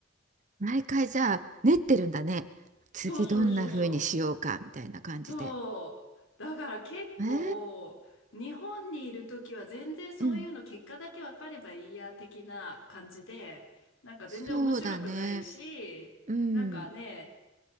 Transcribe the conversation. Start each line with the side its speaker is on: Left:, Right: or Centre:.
Right: 毎回じゃあ練ってるんだね。次どんな風にしようかみたいな感じで。
Left: そうそうそうそう。そう。だから結構、
Right: えー、
Left: 日本にいる時は全然そういうの結果だけ分かればいいや的な感じで、
Right: うん。
Left: なんか全然面白くないし、
Right: そうだね。うん。
Left: なんかね、